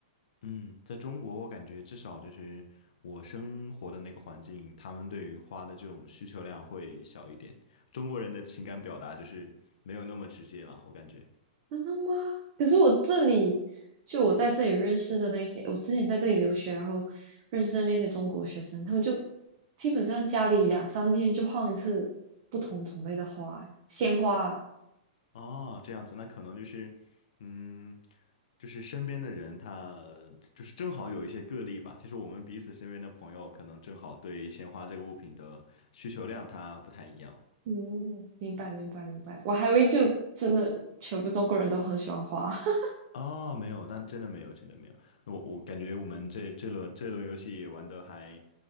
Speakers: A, on the left; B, on the right.
A: 嗯，在中国，我感觉至少就是我生活的那个环境，他们对花的这种需求量会小一点。中国人的情感表达就是没有那么直接了，我感觉。
B: 真的吗？可是我这里，就我在这里认识的那些，我之前在这里留学，然后认识的那些中国学生，他们就基本上家里两三天就换一次不同种类的花，鲜花。
A: 哦，这样子，那可能就是，嗯，就是身边的人他，就是正好有一些个例吧。就是我们彼此身边的朋友，可能正好对鲜花这个物品的需求量它不太一样。
B: 嗯，明白明白明白。我还以为就真的全部中国人都很喜欢花。<laughs>
A: 哦，没有，那真的没有，真的没有。那我我感觉我们这这轮这轮游戏玩的还